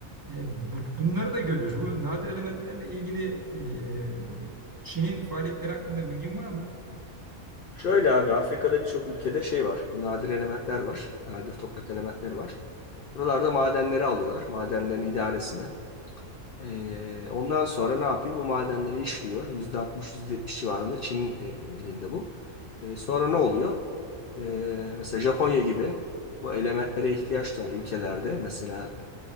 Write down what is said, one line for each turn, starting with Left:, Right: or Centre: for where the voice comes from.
Right: E, bu- bunları da görüyoruz. Bu nadir elementlerle ilgili e, e, Çin'in faaliyetleri hakkında bilgin var mı?
Left: Şöyle abi Afrika'da birçok ülkede şey var. Bu nadir elementler var. Nadir toprak elementleri var. Buralarda madenleri alıyorlar. Madenlerin idaresini. Ee, ondan sonra ne yapıyor? Bu madenleri işliyor. %60, %70 civarında Çin'in e, elinde bu. Ee, sonra ne oluyor? Ee, mesela Japonya gibi bu elementlere ihtiyaç duyan ülkelerde mesela